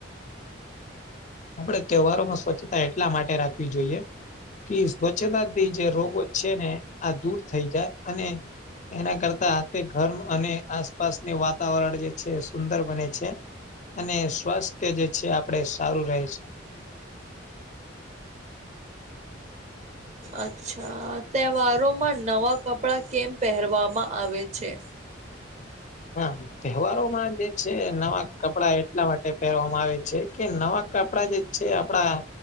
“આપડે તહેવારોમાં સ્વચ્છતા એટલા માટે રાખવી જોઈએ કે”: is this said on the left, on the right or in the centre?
Left